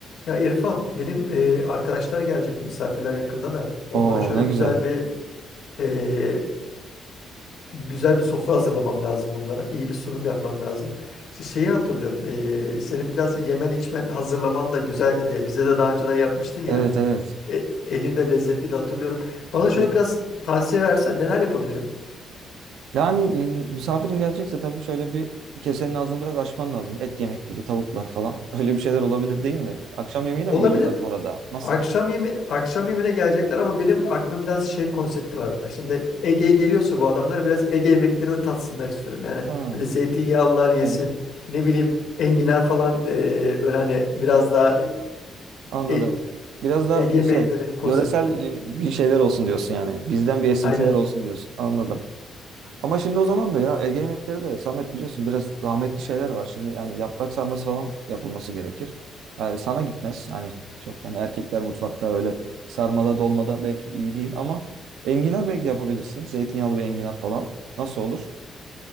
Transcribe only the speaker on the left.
Ya İrfan, benim e, arkadaşlar gelecek misafirler yakında da onlara
şöyle
güzel
bir e, güzel bir sofra hazırlamam lazım onlara. İyi bir sunum yapmam lazım. İşte şeyi hatırlıyorum. e, senin biraz yemen içmen hazırlaman da güzeldi diye. Bize de daha önceden yapmıştın ya.
E, elin de lezzetliydi hatırlıyorum. Bana
şöyle biraz tavsiye versen neler yapabilirim?
Olabilir.
Akşam yeme akşam yemeğine gelecekler ama benim aklımda biraz şey konsepti var. Şimdi Ege'ye geliyorsa bu adamlar biraz Ege yemekleri de tatsınlar istiyorum. Yani
böyle zeytinyağlılar
yesin, ne bileyim enginar falan eee, böyle hani biraz daha
e-
Ege yemekleri
konsepti.
Aynen.